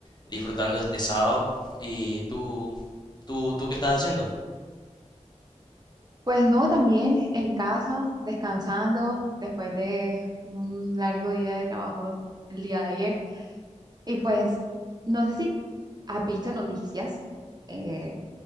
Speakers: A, on the left; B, on the right.
A: disfrutando este sábado. ¿Y tú, tú, tú qué estás haciendo?
B: Pues no, también en casa, descansando después de un largo día de trabajo el día de ayer. Y pues no sé si has visto noticias, eh,